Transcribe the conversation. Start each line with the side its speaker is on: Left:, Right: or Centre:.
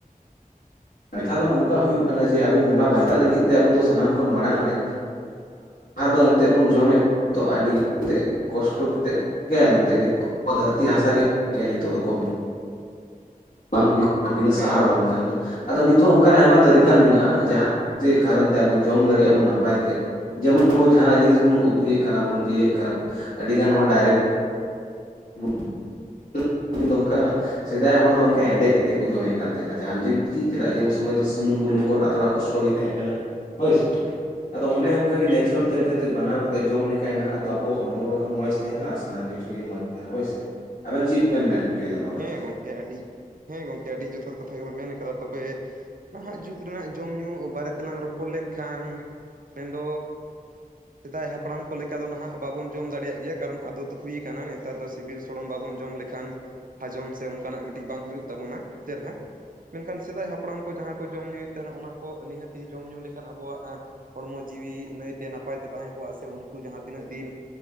Left: ᱠᱟᱛᱷᱟ ᱫᱚ ᱱᱚᱝᱠᱟ ᱦᱩᱭᱩᱜ ᱠᱟᱱᱟ ᱡᱮ ᱟᱵᱚ ᱚᱱᱟ ᱵᱟᱧᱪᱟᱜ ᱞᱟᱹᱜᱤᱫ ᱛᱮ ᱟᱵᱚ ᱥᱟᱱᱟᱢ ᱠᱷᱚᱱ ᱢᱟᱲᱟᱝ ᱨᱮ <unintelligible> ᱮᱱᱛᱮᱜ ᱵᱚᱱ ᱡᱚᱢᱮᱜ ᱠᱟᱱ ᱱᱤᱛᱚᱜ ᱫᱚ ᱟᱹᱰᱤᱜᱟᱱ ᱛᱮ ᱠᱚᱥᱴᱚ ᱠᱟᱛᱮᱜ ᱪᱤᱠᱟᱹᱭᱟ ᱢᱮᱱᱛᱮᱜ ᱱᱤᱛᱚᱜ ᱫᱷᱟᱹᱨᱛᱤ ᱦᱟᱥᱟ ᱜᱮ ᱱᱤᱛᱚᱜ ᱫᱚ ᱠᱚᱢ ᱵᱟᱝ ᱦᱩᱭᱩᱜᱼᱟ <unintelligible>
Right: ᱦᱮᱸ
Left: ᱥᱟᱦᱟᱨ
Right: ᱜᱚᱝᱠᱮ
Left: ᱵᱟᱝᱠᱷᱟᱱ ᱫᱚ ᱾ ᱟᱫᱚ ᱱᱤᱛ ᱦᱚᱸ ᱚᱱᱠᱟᱱᱟᱜ ᱟᱭᱢᱟ ᱛᱟᱹᱨᱤᱠᱟ ᱢᱮᱱᱟᱜᱼᱟ <unintelligible> ᱠᱟᱨᱚᱱ ᱛᱮ ᱟᱵᱚ ᱡᱚᱢ ᱫᱟᱲᱤᱭᱟᱜᱼᱟ ᱵᱚᱱ ᱱᱟᱯᱟᱭ ᱛᱮ ᱾ ᱡᱮᱢᱚᱱ ᱟᱵᱚ ᱡᱟᱦᱟᱸᱱᱟᱜ ᱡᱤᱱᱤᱥ ᱵᱚᱱ ᱩᱛᱩᱭᱮᱜ ᱠᱟᱱᱟ ᱵᱚᱱ <unintelligible> ᱠᱟᱱᱟ ᱟᱹᱰᱤ ᱜᱟᱱ ᱦᱚᱲ ᱰᱟᱭᱨᱮᱠᱴ <unintelligible> <unintelligible> ᱥᱮᱫᱟᱭ ᱦᱚᱲ ᱫᱚ ᱚᱱᱠᱟ ᱦᱮᱰᱮᱜ ᱠᱟᱛᱮᱜ ᱠᱚ ᱡᱚᱢᱮᱜ ᱠᱟᱱ ᱛᱟᱦᱮᱸᱱᱟ ᱡᱟᱦᱟᱸᱱ ᱡᱤᱱᱤᱥ ᱪᱮᱜ ᱪᱮᱫᱟᱜ ᱡᱮ ᱩᱱ ᱥᱚᱢᱚᱭ ᱫᱚ ᱥᱩᱱᱩᱢ ᱵᱩᱞᱩᱝ ᱠᱚᱨᱮᱱᱟᱜ ᱛᱷᱚᱲᱟ ᱠᱚᱥ <unintelligible> ᱛᱟᱦᱮᱸ ᱠᱟᱱᱟ ᱦᱳᱭᱥᱮ ᱟᱫᱚ ᱚᱱᱮ ᱚᱱᱠᱟ ᱜᱮ
Right: ᱦᱩᱸ
Left: ᱱᱮᱪᱨᱮᱞ
Right: ᱦᱩᱸ
Left: ᱛᱟᱹᱨᱤᱠᱟ
Right: ᱦᱩᱸ
Left: ᱛᱮ ᱵᱮᱱᱟᱣ ᱠᱟᱛᱮᱜ ᱡᱚᱢ ᱞᱮᱠᱷᱟᱡ ᱱᱷᱟᱜ ᱟᱵᱚ ᱦᱚᱲᱢᱚ ᱨᱮᱦᱚᱸ ᱢᱚᱸᱡᱽ ᱛᱟᱦᱮᱸᱱᱟ ᱟᱨ ᱥᱟᱱᱟᱢ ᱠᱤᱪᱷᱩ ᱜᱮ ᱢᱚᱸᱡᱽ ᱛᱟᱦᱮᱸᱱᱟ ᱦᱳᱭᱥᱮ᱾ ᱟᱵᱮᱱ ᱪᱮᱜ ᱵᱮᱱ ᱢᱮᱱ? ᱦᱚᱪᱚᱭᱮᱫᱟ ᱱᱚᱣᱟ ᱠᱟᱛᱷᱟ
Right: ᱦᱮᱸ ᱜᱚᱢᱠᱮ ᱟᱹᱰᱤ ᱦᱮᱸ ᱜᱚᱢᱠᱮ ᱟᱹᱰᱤ ᱡᱚᱛᱷᱟᱛ ᱠᱟᱛᱷᱟ ᱜᱮᱵᱮᱱ ᱢᱮᱱ ᱟᱠᱟᱫᱟ ᱛᱚᱵᱮ ᱱᱟᱦᱟᱜ ᱡᱩᱜᱽ ᱨᱮᱱᱟᱜ ᱡᱚᱢ ᱧᱩ ᱵᱟᱨᱮ ᱛᱮᱞᱟᱝ ᱨᱚᱯᱚᱲ ᱞᱮᱱᱠᱷᱟᱱ, ᱢᱮᱱᱫᱚ ᱥᱮᱫᱟᱭ ᱦᱟᱯᱲᱟᱢ ᱠᱚ ᱞᱮᱠᱟ ᱫᱚ ᱱᱷᱟᱜ ᱵᱟᱵᱚᱱ ᱡᱚᱢ ᱫᱟᱲᱮᱭᱟᱜ ᱜᱮᱭᱟ, ᱠᱟᱨᱚᱱ ᱟᱫᱚᱛ ᱦᱩᱭᱟᱠᱟᱱᱟ ᱱᱮᱛ <unintelligible> ᱛᱟᱨ ᱫᱚ ᱥᱤᱵᱤᱞ ᱥᱚᱲᱚᱢ ᱵᱟᱵᱚᱱ ᱡᱚᱢ ᱞᱮᱠᱷᱟᱱ ᱦᱟᱡᱚᱢ ᱥᱮ ᱚᱱᱠᱟᱱᱟᱜ ᱢᱤᱫᱴᱤᱡ ᱵᱟᱝ ᱦᱩᱭᱩᱜ ᱛᱟᱵᱚᱱᱟ ᱪᱮᱨᱦᱟ᱾ ᱢᱮᱱᱠᱷᱟᱱ ᱥᱮᱫᱟᱭ ᱦᱟᱯᱲᱟᱢ ᱠᱚ ᱡᱟᱦᱟᱸ ᱠᱚ ᱡᱚᱢ ᱧᱩᱭᱮᱜ ᱛᱟᱦᱮᱸᱱᱟ ᱚᱱᱟ ᱠᱚ ᱱᱤᱦᱟᱹᱛᱤ ᱡᱚᱢᱼᱧᱩ ᱞᱮᱠᱷᱟᱱ ᱟᱵᱚᱣᱟᱜ ᱟᱸ ᱦᱚᱲᱢᱚ ᱡᱤᱣᱤ ᱱᱟᱹᱭᱛᱮ ᱱᱟᱯᱟᱭ ᱛᱮ ᱛᱟᱦᱮᱸ ᱠᱚᱜᱼᱟ ᱥᱮ ᱩᱱᱠᱩ ᱡᱟᱦᱟᱸ ᱛᱤᱱᱟᱹᱜ ᱫᱤᱱ